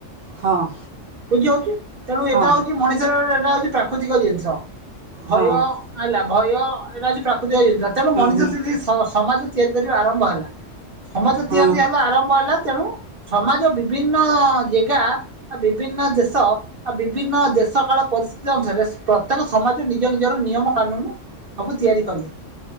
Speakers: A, on the right; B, on the right.
A: ହଁ।
B: ବୁଝି ହାଉଛି ତେଣୁ ଏଇଟା
A: ହଁ
B: ହଉଛି
A: ହଁ
B: ମଣିଷର ଏଇଟା ହଉଛି ପ୍ରାକୃତିକ ଜିନିଷ ଭୟ
A: ହଁ ହଁ
B: ଆଲା ଭୟ ଏଇଟା ଆଜି ପ୍ରାପ୍ତ ଏକୁଟିଆ ହେଇଯାଇଥିଲା ତେଣୁ ମଣିଷ
A: ହୁଁ
B: ଯଦି ସମାଜ ତେର ରୁ ଆରମ୍ଭ ହେଲା। ସମସ୍ତ ତ
A: ହଁ
B: ତିଆରି ହେଲା ଆରମ୍ଭ ହେଲା। ତେଣୁ ସମାଜ ବିଭିନ୍ନ ଜେଗା ଆ ବିଭିନ୍ନ ଦେଶ ଆ ବିଭିନ୍ନ ଦେଶ କାଳ ପରିସ୍ଥିତି ଅନୁସାରେ ପ୍ରତ୍ୟେକ ସମାଜ ନିଜ ନିଜର ନିୟମ କାନୁନ ସବୁ ତିଆରି କଲେ।